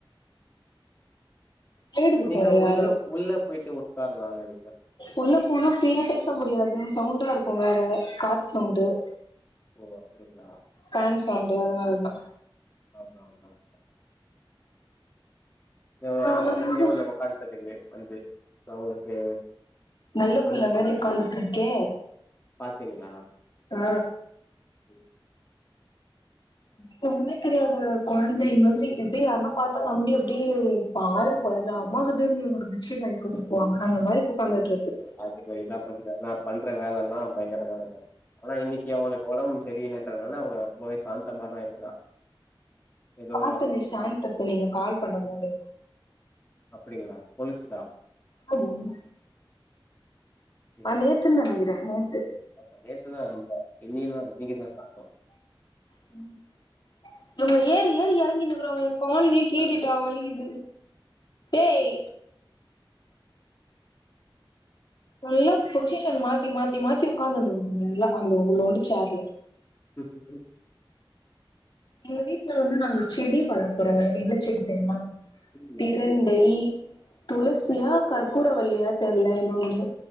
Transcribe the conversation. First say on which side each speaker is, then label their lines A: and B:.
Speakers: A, on the left; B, on the left.
A: தேடுது
B: நீங்க
A: போல யாரு
B: உள்ள உள்ளப் போயிட்டு உட்காரலால்லா நீங்க.
A: உள்ள போனா ஃப்ரீயா பேச முடியாது சவுண்டா இருக்கு வேற காத் சவுண்டு.
B: ஓ அப்படிங்ளா?
A: ஃபேன் சவுண்டு அதனாலதா.
B: அதா அதா அதா எவ்
A: நா
B: ஏ பக்கத்லியு
A: வந்து
B: ஒன்னு ஒக்கான்ட்ருக்குது வந்து. து அவுங்குளுக்கு
A: நல்ல பிள்ள
B: அனுப்ப
A: மாரி உக்காந்துட்டு இருக்கே
B: பாத்தீங்ளா?
A: அ
B: ம்.
A: தம்பிக்கு ஒன்னுமே தெரியாது கொழந்தை மாதிரி எப்டி யாருன்னா பாத்தா நம்பி அப்டியே பாவோ பரிதாபமாக்குதுன் டு பிஸ்கெட் வாய்ங் குடுத்துட்டு போவாங்க அந்த மாரி இப்ப உக்காந்துட்ருக்கு.
B: பாத்துக்க இதா பதில நா பண்ற வேலல்லா பயங்கர வேலதா ஆனா இன்னிக்கி அவனுக்கு ஒடம் செரியில்லன் அதனால அவ ரொம்பவே சாந்தமாதா இருக்குறா. ஏதோ
A: பாத்தனே ஷாந்தத்த நீங்க கால் பண்ணமோது.
B: அப்டிங்ளா கொலுசுதா
A: ஆமாங்க
B: அப்படியா?
A: அ நேத்துன் நெனக்கிற நேத்து
B: ஆமா நேத்துதா ரொம்பா இன்னிக்ல்லா இன்னக்கிதா சாப்ட்டோ.
A: ம். இவ ங்க ஏறி ஏறி எறங்கினுக்கறாங்க எங் கால்லியே கீறிட்டா வலிகிது. ஏய் நல்லா பொசிஷன் மாத்தி மாத்தி மாத்தி உக்காந்துனுகுது நல்லா அந்த இவ்ளோன்டு சேர்ல.
B: உ உ உ
A: எங்க வீட்ல வந்து நாங்க செடி வளக்குறோ என்ன செடி தெரிமா?
B: ம்,
A: பிரண்டை,
B: சரி
A: துளசியா
B: இறங்க.
A: கற்பூரவல்லியா தெர்ல என்ன ஒன்னு.